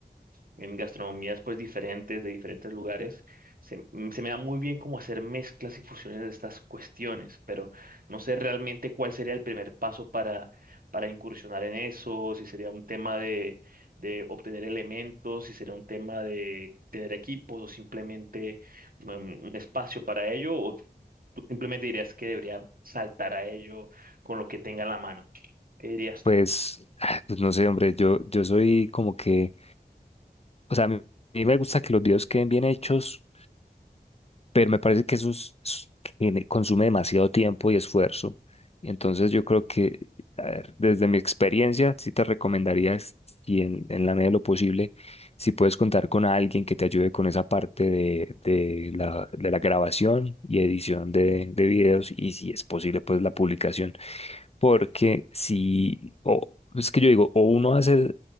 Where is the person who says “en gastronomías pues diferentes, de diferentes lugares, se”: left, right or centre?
Right